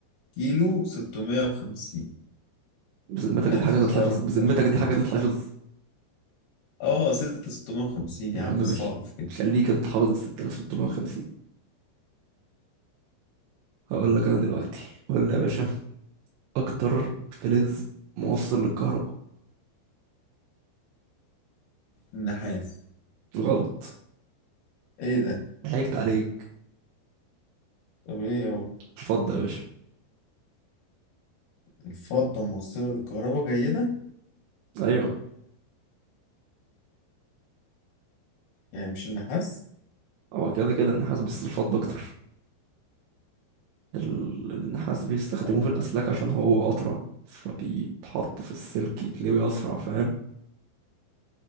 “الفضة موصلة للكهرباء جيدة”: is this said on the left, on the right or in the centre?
Left